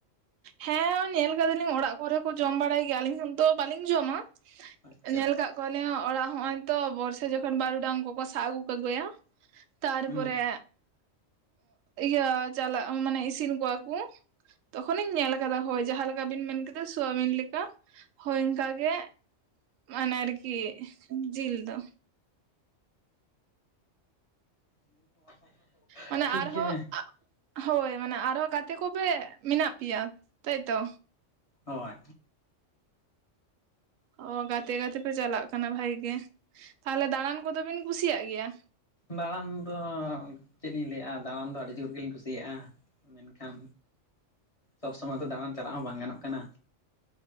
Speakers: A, on the right; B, on the left.
A: ᱦᱮᱸ ᱧᱮᱞ ᱠᱟᱫᱟᱞᱤᱧ ᱚᱲᱟᱜ ᱠᱚᱨᱮ ᱠᱚ ᱡᱚᱢ ᱵᱟᱲᱟᱭ ᱜᱮᱭᱟ ᱟᱹᱞᱤᱧ ᱦᱚᱸᱫᱚ ᱵᱟᱹᱞᱤᱧ ᱡᱚᱢᱟ
B: ᱟᱪᱪᱷᱟ
A: ᱧᱮᱞ ᱠᱟᱜ ᱠᱚᱣᱟᱞᱤᱧ ᱚᱲᱟᱜ ᱦᱚᱸᱜᱼᱚᱭ ᱛᱚ ᱵᱚᱨᱥᱟ ᱡᱚᱠᱷᱚᱱ ᱵᱟᱨᱩᱰᱟᱝ ᱠᱚᱠᱚ ᱥᱟᱵ ᱟᱹᱜᱩ ᱠᱚᱜᱮᱭᱟ ᱛᱟᱨᱯᱚᱨᱮ
B: ᱦᱩᱸ
A: ᱤᱭᱟᱹ ᱪᱟᱞᱟᱜ ᱢᱟᱱᱮ ᱤᱥᱤᱱ ᱠᱚᱣᱟ ᱠᱚ᱾ ᱛᱚᱠᱷᱚᱱᱤᱧ ᱧᱮᱞ ᱠᱟᱫᱟ᱾ ᱦᱳᱭ ᱡᱟᱦᱟᱸ ᱞᱮᱠᱟ ᱵᱤᱱ ᱢᱮᱱ ᱠᱮᱫᱟ, ᱥᱩᱟᱹᱵᱤᱱ ᱞᱮᱠᱟ ᱦᱳᱭ ᱤᱱᱠᱟ ᱜᱮ᱾ ᱢᱟᱱᱮ ᱟᱨᱠᱤ ᱡᱤᱞ ᱫᱚ᱾
B: <unintelligible>
A: ᱢᱟᱱᱮ ᱟᱨᱦᱚ
B: ᱜᱮᱭᱟ
A: ᱟᱜ ᱦᱳᱭ ᱢᱟᱱᱮ ᱟᱨᱦᱚᱸ ᱜᱟᱛᱮ ᱠᱚᱜᱮ ᱢᱮᱱᱟᱜ ᱯᱮᱭᱟ ᱛᱟᱭᱛᱚ?
B: ᱦᱚᱭ᱾
A: ᱚ ᱜᱟᱛᱮ ᱜᱟᱛᱮ ᱯᱮ ᱪᱟᱞᱟᱜ ᱠᱟᱱᱟ ᱵᱷᱟᱜᱮ ᱜᱮ, ᱛᱟᱦᱚᱞᱮ ᱫᱟᱬᱟᱱ ᱠᱚᱫᱚ ᱵᱤᱱ ᱠᱩᱥᱤᱭᱟᱜ ᱜᱮᱭᱟ?
B: ᱫᱟᱬᱟᱱ ᱫᱚ ᱪᱮᱫ ᱤᱧ ᱞᱟᱹᱭᱼᱟ ᱫᱟᱬᱟᱱ ᱫᱚ ᱟᱹᱰᱤ ᱡᱳᱨ ᱜᱮᱞᱤᱧ ᱠᱩᱥᱤᱭᱟᱜᱼᱟ ᱢᱮᱱᱠᱷᱟᱱ ᱥᱚᱵᱽ ᱥᱚᱢᱚᱭ ᱫᱚ ᱫᱟᱬᱟᱱ ᱪᱟᱞᱟᱜ ᱦᱚᱸ ᱵᱟᱝ ᱜᱟᱱᱚᱜ ᱠᱟᱱᱟ